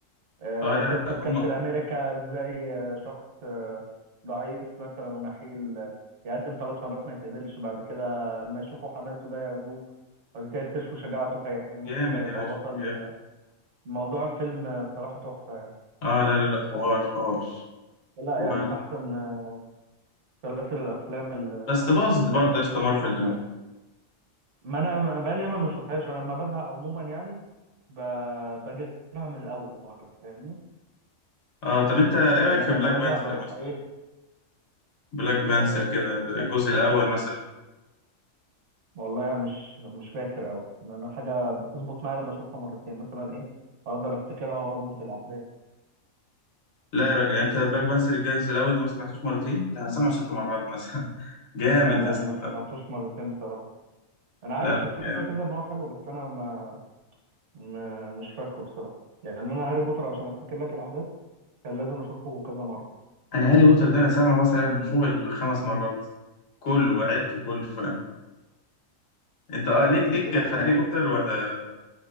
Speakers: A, on the right (about 65°); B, on the left (about 70°).
A: آه،
B: اه لا
A: قصه
B: لا هما
A: كابتن امريكا ازاي آه، شخص آه، ضعيف مثلا ونحيل آه، يقدم ثلاث مرات ما يتقبلش بعد كده ما يشوفوا حماسه ده ياخدوه بعد كده يكتشفوا شجاعته فيحقنوه
B: جامد
A: فيبقى
B: يا باشا
A: بطل
B: جامد
A: آه، موضوع الفيلم آه، بصراحه تحفه يعني
B: اه لا لا لا حوار حوار
A: لا
B: و...
A: يعني من احسن آه، سلاسل الافلام اللي,
B: بس باظت
A: اللي
B: برضه
A: انت
B: يا
A: ممكن
B: اسطى مارفل
A: تشوفها
B: دلوقتي
A: يعني ما انا بقالي ياما ما بشوفهاش انا لما بزهق عموما يعني ب... بجيبها من الاول فاهمني
B: اه طب انت ايه
A: يعني
B: رايك في
A: انا
B: بلاك
A: لما
B: بانثر
A: بزهق بروح
B: مثلا
A: ايه
B: بلاك بانثر
A: آه...
B: كده الجزء
A: بلاك
B: الاول
A: بانثر
B: مثلا
A: والله يعني مش مش فاكر قوي يعني انا حاجه بتظبط معايا لما اشوفها مرتين مثلا ايه اقدر افتكرها واربط الاحداث
B: لا يا راجل انت بلاك بانثر الجزء الاول ده ما سمعتوش مرتين ده انا سامعه ست مرات مثلا <laughs> جامد
A: لا لا
B: يا اسطى
A: ما
B: لا
A: سمعتوش مرتين بصراحه انا عارف
B: لا
A: كده
B: لا
A: كده ان هو حلو بس انا ما... ما مش فاكره بصراحه يعني انا هاري بوتر عشان افتكر لك الاحداث كان لازم اشوفه كذا مره
B: انا هاري بوتر ده انا سامعه مثلا فوق الخمس مرات كله وعدته كله ف... انت اه
A: آه،
B: ليك
A: السلسلة
B: ليك
A: كلها
B: في هاري بوتر ولا